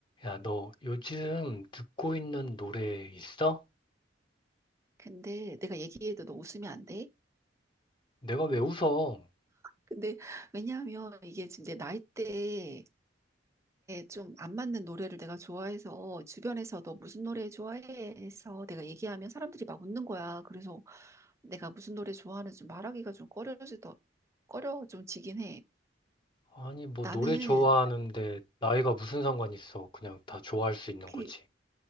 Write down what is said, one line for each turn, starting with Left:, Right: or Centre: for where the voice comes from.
Left: 야, 너 요즘 듣고 있는 노래 있어?
Right: 근데 내가 얘기해도 너 웃으면 안 돼?
Left: 내가 왜 웃어?
Right: 근데 왜냐하면 이게 지금 내 나이대에 좀 안 맞는 노래를 내가 좋아해서 주변에서 너 무슨 노래 좋아해? 해서 내가 얘기하면 사람들이 막 웃는 거야. 그래서 내가 무슨 노래 좋아하는지 좀 말하기가 좀 꺼려지더, 꺼려 좀 지긴 해.
Left: 아니, 뭐
Right: 나는
Left: 노래 좋아하는데 나이가 무슨 상관 있어? 그냥 다 좋아할 수 있는
Right: 그
Left: 거지.